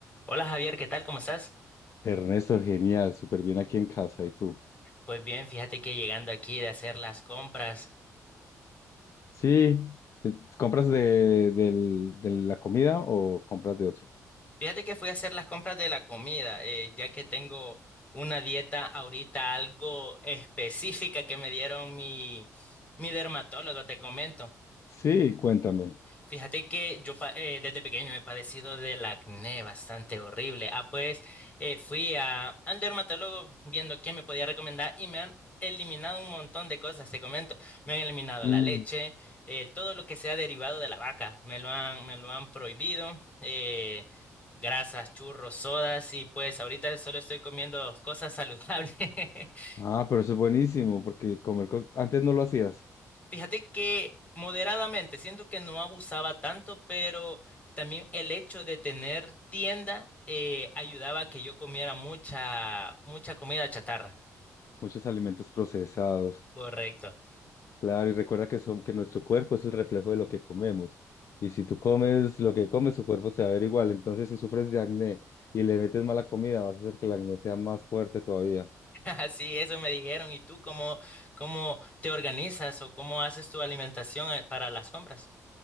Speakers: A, on the left; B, on the left.
A: Hola Javier, ¿qué tal? ¿Cómo estás?
B: Ernesto, genial, súper bien aquí en casa. ¿Y tú?
A: Pues bien, fíjate que llegando aquí de hacer las compras,
B: Sí, Eh, ¿Compras de, del- de la comida o compras de otro?
A: fíjate que fui a hacer las compras de la comida, eh, ya que tengo una dieta ahorita algo específica que me dieron mi, mi dermatólogo, te comento.
B: Sí, cuéntame.
A: Fíjate que yo pa- eh, desde pequeño he padecido del acné bastante horrible. Ah, pues eh, fui a- al dermatólogo viendo qué me podía recomendar y me han eliminado un montón de cosas, te comento. Me han eliminado
B: Mm,
A: la leche, eh, todo lo que sea derivado de la vaca, me lo han, me lo han prohibido, eh, grasas, churros, sodas y pues ahorita solo estoy comiendo cosas saludables. <laughs>
B: Ah, pero eso es buenísimo, porque comer cos- antes no lo hacías.
A: Fíjate que moderadamente, siento que no abusaba tanto, pero también el hecho de tener tienda eh, ayudaba a que yo comiera mucha, mucha comida chatarra.
B: Muchos alimentos procesados.
A: Correcto.
B: Claro, y recuerda que son que nuestro cuerpo es el reflejo de lo que comemos. Y si tú comes lo que comes, tu cuerpo se va a ver igual. Entonces, si sufres de acné y le metes mala comida, vas a hacer que el acné sea más fuerte todavía.
A: <laughs> Así, eso me dijeron. ¿Y tú cómo, cómo te organizas o cómo haces tu alimentación eh, para las compras?